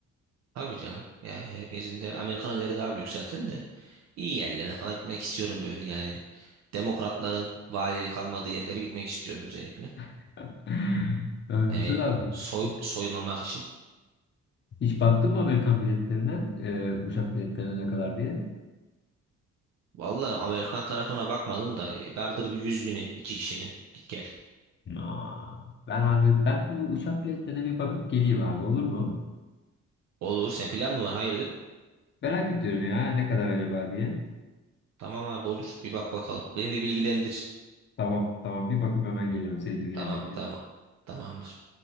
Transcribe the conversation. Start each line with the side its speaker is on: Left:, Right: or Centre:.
Right: Tabii canım. Yani herkesin de Amerikan'ın değeri daha büyük zaten de. İyi yerlerine falan gitmek istiyorum böyle yani. Demokratların valilik kalmadığı yerlere gitmek istiyorum özellikle.
Left: <laughs> Ya güzel
Right: Yani
Left: abi.
Right: soy,
Left: Hiç,
Right: soyulmamak için.
Left: hiç baktın mı Amerikan biletlerine? E, uçak biletlerine ne kadar diye?
Right: Vallahi Amerikan tarafına bakmadım da e, vardır bir yüz bini iki kişinin. Git gel.
Left: Aa, ben abi ben bu uçak biletlerine bir bakıp geleyim abi olur mu?
Right: Olur. Sen plan mı var? Hayırdır?
Left: Merak ediyorum ya ne kadar acaba diye.
Right: Tamam abi olur. Bir bak bakalım. Beni de bilgilendir.
Left: Tamam tamam bir bakıp hemen geliyorum seni bilgilendireceğim.
Right: Tamam tamam. Tamamdır.